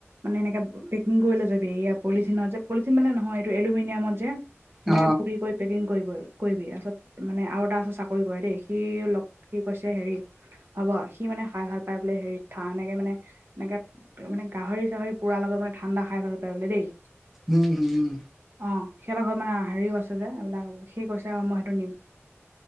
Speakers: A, on the right; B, in the centre.
A: মানে এনেকে পেকিং কৰি লৈ যাবি, এয়া পলিথিনৰ যে পলিথিন মানে নহয় এইটো এলুমিনিয়ামত যে তেনেকে
B: অ অ
A: পুৰি কৰি পেকিং কৰিবয়েৰ, কৰিবি। তাৰপিছত মানে আৰু এটা আছে চাকৰি কৰে দেই, সিও লগ সি কৈছে হেৰি হ'ব, সি মানে খাই ভাল পায় বোলে হেৰিত থা এনেকে মানে এনেকে মানে গাহৰি-চাহৰি পোৰাৰ লগত মানে ঠাণ্ডা খাই ভাল পায় বোলে দেই।
B: উম, হুম।
A: অ, সিহঁতৰ ঘৰত মানে হেৰিও আছে যে, এইবিলাক সি কৈছে আৰু মই সেইটো নিম।